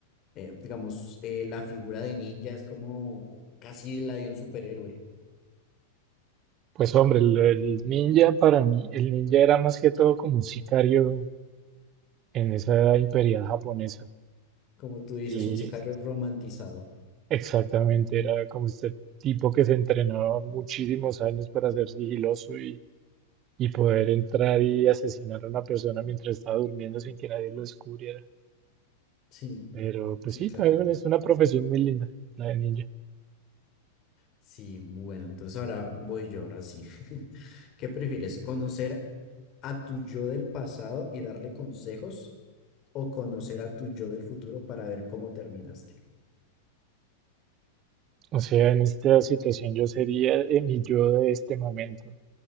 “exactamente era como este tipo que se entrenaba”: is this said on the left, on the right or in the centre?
Right